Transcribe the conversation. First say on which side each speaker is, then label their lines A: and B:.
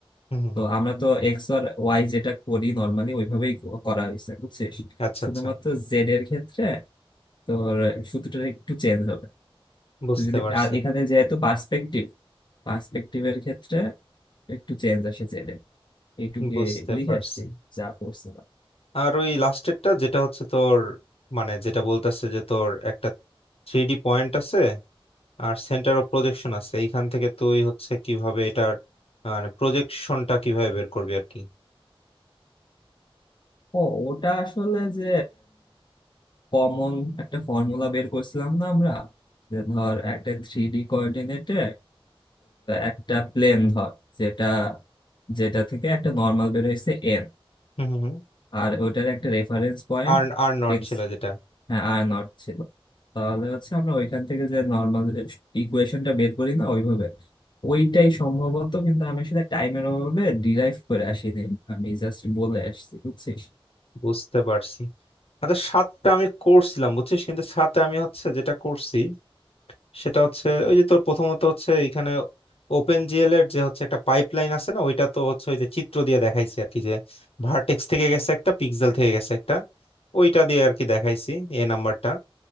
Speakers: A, on the left (about 75°); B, on the left (about 50°).
A: হুম হুম
B: তো
A: হুম।
B: আমরা তো এক্স আর ওয়াই যেটা করি নর্মালি ওইভাবেই ক- করা হয়েছে বুঝছিস
A: আচ্ছা
B: শুধুমাত্র
A: আচ্ছা
B: জেড এর ক্ষেত্রে তোর সূত্রটা একটু চেঞ্জ হবে
A: বুঝতে
B: তো যদি
A: পারছি
B: আর এখানে যেহেতু পার্সপেক্টিভ পার্সপেক্টিভের ক্ষেত্রে একটু চেঞ্জ আসে জেড এইটুকে
A: বুঝতে
B: লিখে
A: পারছি
B: আসছি যা করছিলাম
A: আর ওই লাস্টেরটা যেটা হচ্ছে তোর মানে যেটা বলতেছে যে তোর একটা থ্রি ডি পয়েন্ট আছে আর সেন্টার অফ প্রজেকশন আছে এইখান থেকে তুই হচ্ছে কিভাবে এটার আহ, মানে প্রজেকশনটা কিভাবে বের করবি আর কি
B: ও ওটা আসলে যে কমন একটা ফর্মুলা বের করছিলাম না আমরা যে ধর একটা থ্রি ডি কোঅর্ডিনেটে একটা প্লেন ধর যেটা যেটা থেকে একটা নর্মাল বের হয়েছে এন
A: হুম হুম হুম।
B: আর ওটার একটা রেফারেন্স পয়েন্ট
A: আর আর নট
B: এক্স
A: ছিল যেটা
B: হ্যাঁ আর নট ছিল তাহলে হচ্ছে আমরা ওইখান থেকে যে নর্মাল ইকুয়েশনটা বের করি না ওইভাবে ওইটাই সম্ভবত কিন্তু আমি আসলে টাইমের অভাবে ডিরাইভ করে আসিনি আমি জাস্ট বলে আসছি বুঝছিস
A: বুঝতে পারছি আচ্ছা সাতটা আমি করছিলাম বুঝছিস কিন্তু সাথে আমি হচ্ছে যেটা করছি সেটা হচ্ছে ওই যে তোর প্রথমত হচ্ছে এখানে ওপেন জিএল এর যে হচ্ছে একটা পাইপলাইন আছে না ওইটা তো হচ্ছে ওই যে চিত্র দিয়ে দেখাইছি আর কি যে ভার্টেক্স থেকে গেছে একটা পিক্সেল থেকে গেছে একটা ওইটা দিয়ে আর কি দেখাইছি এ নাম্বারটা